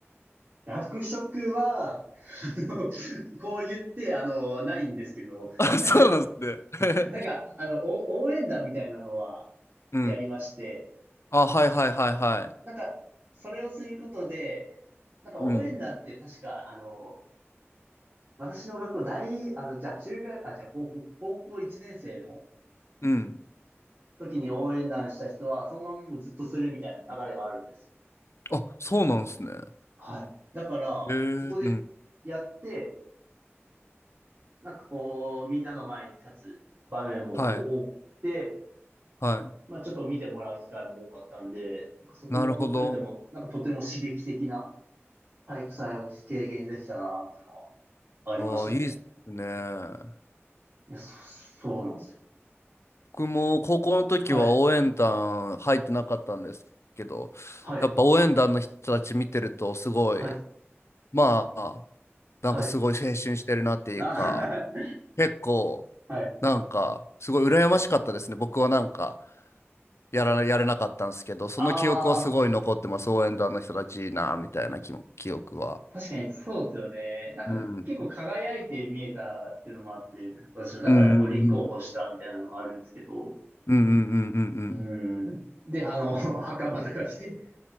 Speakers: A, on the right (about 55°); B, on the left (about 70°).
A: 役職は、<laughs> あのこう言って、あの、ないんですけど。
B: <laughs> あ、そうなんですね。
A: <laughs> なんか、あの、お応援団みたいなのは
B: <laughs> うん。
A: やりまして、
B: あ、はいはいはいはい。
A: なんか、それをすることで、なんか応援団って確か、
B: うん。
A: あの、私の学校大、あの、じゃあ中学、あ、じゃあ高校、高校1年生の
B: うん。
A: 時に応援団した人は、そのままもうずっとするみたいな流れがあるんですよ。
B: あ、そうなんですね。
A: はい。だから、
B: へえ。
A: そこでやって、
B: うん。
A: なんかこう、みんなの前に立つ場面もこう多くて、
B: はい。はい。
A: まあちょっと見てもらう機会も多かったんで、なんかそこの部分でも、
B: なるほど。
A: なんかとても刺激的な体育祭を経験できたなってのはありましたね。
B: ああ、いいっすね。
A: いや、そ、そうなんです
B: 僕も高校の時は応援団入ってなかったんですけど、
A: よ。はい、はい、
B: やっぱ応援団の人たち見てるとすごい、
A: はい、
B: まあ、なんかすごい青春してるなっていうか、
A: はい。な <laughs>
B: 結構、
A: はい。
B: なんか、すごい羨ましかったですね。僕はなんか、やら、やれなかったんですけど、その記憶はすごい残ってます。
A: ああー。
B: 応援団の人たちいいな、みたいな記、記憶は。
A: 確かにそうですよね。なんか結構輝いて見えたっていうのもあって、
B: うん。
A: 私も、だからこう立候補したみたいなのもあるんですけど。
B: うんうんうんうんうんうん
A: うん。で、あの、<laughs> 袴とか着て